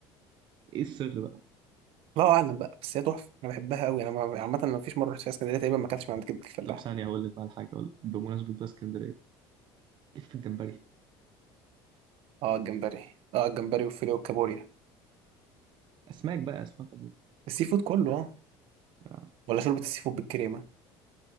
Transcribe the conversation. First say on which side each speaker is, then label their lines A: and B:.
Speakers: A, on the right (about 45°); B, on the right (about 65°).
A: ايه السر بقى
B: الله اعلم بقى بس هي تحفه انا بحبها قوي انا ما- عامه ما فيش مره رحت فيها اسكندريه تقريبا ما اكلتش من عند كبده الفلاح
A: طب ثانيه هقول لك بقى الحاجه اقول لك بمناسبه بقى اسكندريه ليك في الجمبري
B: اه الجمبري اه الجمبري والفيليه والكابوريا
A: اسماك بقى اسماك عموما
B: السي فود كله اه
A: آه،
B: ولا شوربه السي فود بالكريمه